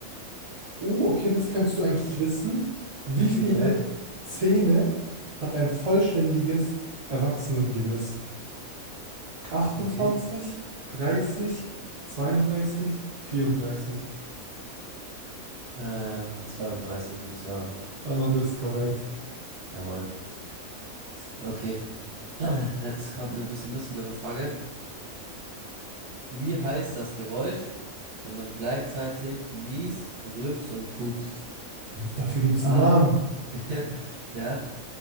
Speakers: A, on the right; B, on the right.
A: Oh, okay, das kannst du eigentlich wissen. Wie viele
B: Ja.
A: Zähne hat ein vollständiges Erwachsenengebiss? 28,
B: Okay.
A: 30, 32, 34.
B: Ähm, 32 würde ich sagen.
A: Und ist korrekt.
B: Jawohl. Okay. <clears throat> Jetzt kommt eine bisschen lustigere Frage. Wie heißt das Geräusch, wenn man gleichzeitig niest, rülpst und pupst?
A: Dafür gibt es
B: A.
A: einen Namen.
B: Ja, ja.